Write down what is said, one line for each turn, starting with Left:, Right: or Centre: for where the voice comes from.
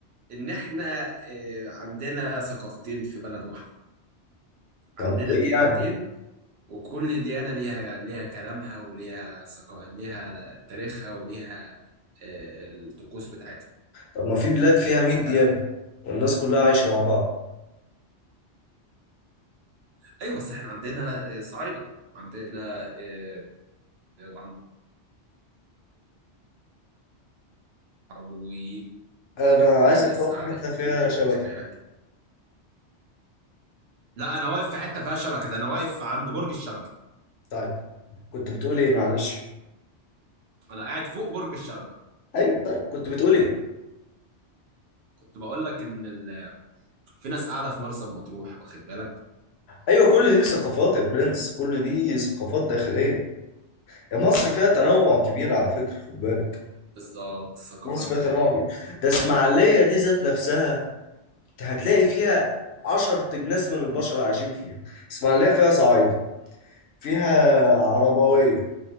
Right: ان احنا إيه، عندنا ثقافتين في بلد واحدة
Left: طب
Right: عندنا
Left: ايه
Right: ديانتين
Left: يعني
Right: وكل ديانة ليها ليها كلامها وليها ثقا ليها تاريخها وليها آه، الطقوس بتاعتها
Left: طب ما في بلاد فيها 100 ديانة
Right: آه،
Left: والناس كلها عايشة مع بعض
Right: ايوه بس احنا عندنا آه، صعايدة عندنا آه، عندنا عربويين
Left: انا عايزك
Right: ناس
Left: تقف
Right: قاعدة
Left: في حتة
Right: في
Left: فيها
Right: مطروح
Left: شبكة
Right: واخد بالك لا انا واقف في حتة فيها شبكة ده انا واقف عند برج الشبكة
Left: طيب كنت بتقول ايه معلش
Right: انا قاعد فوق برج الشبكة
Left: ايوه طيب كنت بتقول ايه
Right: كنت بقول لك ان ال... في ناس قاعدة في مرسى مطروح واخد بالك
Left: ايوه كل دي ثقافات يا برنس كل دي ثقافات داخلية يا مصر فيها تنوع كبير على فكرة خد بالك
Right: بالظبط ثقافات
Left: مصر فيها
Right: داخلية
Left: تنوع كبير ده اسماعيلية دي ذات نفسها انت هتلاقي فيها عشر تجناس من البشر عايشين فيها اسماعيلية فيها صعايدة فيها عربوية